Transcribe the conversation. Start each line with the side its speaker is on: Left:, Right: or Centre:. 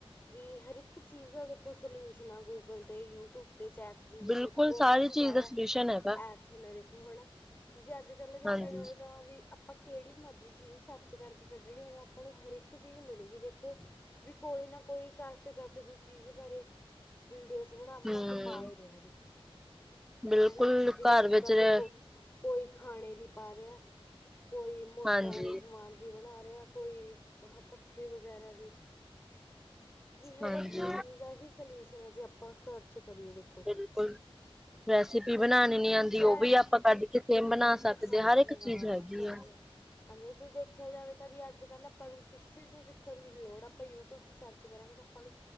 Left: ਵੀ ਹਰ ਇੱਕ ਚੀਜ਼ ਦਾ ਦੇਖੋ ਸਲਿਊਸ਼ਨ ਆ ਗੂਗਲ ਤੇ ਯੂਟਿਊਬ ਅਤੇ ਚੈਟ ਜੀ ਬੀ
Centre: ਬਿਲਕੁਲ
Left: ਟੀ ਬਹੁਤ
Centre: ਸਾਰੀ
Left: ਜ਼ਿਆਦਾ
Centre: ਚੀਜ਼ ਦਾ ਸਲਿਊਸ਼ਨ ਹੈਗਾ
Left: ਐਪਸ ਨੇ ਦੇਖੋ ਹੈ ਨਾ ਵੀ ਅੱਜ ਕੱਲ ਦੇ ਦੇਖਿਆ
Centre: ਹਾਂਜੀ
Left: ਜਾਵੇ ਤਾਂ ਵੀ ਆਪਾਂ ਕਿਹੜੀ ਮਰਜ਼ੀ ਚੀਜ਼ ਸਰਚ ਕਰਕੇ ਕੱਢਣੀ ਹੋਵੇ ਆਪਾਂ ਨੂੰ ਹਰ ਇੱਕ ਚੀਜ਼ ਮਿਲੂਗੀ ਦੇਖੋ ਵੀ ਕੋਈ ਨਾ ਕੋਈ ਕਾਸੇ ਕਾਸੇ ਦੀ ਚੀਜ਼ ਬਾਰੇ ਵੀਡੀਓ ਬਣਾ ਬਣਾ
Centre: ਹਮ
Left: ਕੇ ਪਾ ਹੀ ਰਿਹਾ ਦੇਖੋ
Centre: ਬਿਲਕੁਲ
Left: ਹਨਾ ਜਿਵੇਂ
Centre: ਘਰ
Left: ਅੱਜ
Centre: ਵਿੱਚ
Left: ਕੱਲ ਦੇਖੋ
Centre: ਰ
Left: ਕੋਈ ਖਾਣੇ ਦੀ ਪਾ ਰਿਹਾ ਕੋਈ ਮੋਟਰਾਂ
Centre: ਹਾਂਜੀ
Left: ਵਾਲੇ ਸਮਾਨ ਦੀ ਬਣਾ ਰਿਹਾ ਕੋਈ ਪੱਖੇ ਵਗੈਰਾ ਦੇ ਵੀ ਹਰ
Centre: ਹਾਂਜੀ
Left: ਇੱਕ ਚੀਜ਼ ਦਾ ਹੀ ਸਲਿਊਸ਼ਨ ਹੈ ਜੇ ਆਪਾਂ ਸਰਚ ਕਰੀਏ ਦੇਖੋ
Centre: ਬਿਲਕੁਲ ਰੈਸਿਪੀ
Left: ਹਾਂਜੀ
Centre: ਬਣਾਉਣੀ
Left: ਹਾਂ।
Centre: ਨੀ ਆਉਂਦੀ
Left: ਜੈ
Centre: ਉਹ ਵੀ ਆਪਾਂ ਕੱਢ ਕੇ ਸੇਮ ਬਣਾ ਸਕਦੇ
Left: ਹਾਂਜੀ
Centre: ਹਰ ਇੱਕ
Left: ਹਾਂ
Centre: ਚੀਜ਼ ਹੈਗੀ
Left: ਸਹੀ
Centre: ਆ
Left: ਗੱਲ ਹਾਂਜੀ ਜੇ ਦੇਖਿਆ ਜਾਵੇ ਤਾਂ ਵੀ ਅੱਜ ਕੱਲ ਆਪਾਂ ਨੂੰ ਕਿਸੇ ਤੋਂ ਸਿੱਖਣ ਦੀ ਲੋੜ ਆਪਾਂ ਯੂਿਊ ਯਟਿਊਬ ਤੇ ਸਰਚ ਕਰਾਂਗੇ ਤਾਂ ਆਪਾਂ ਨੂੰ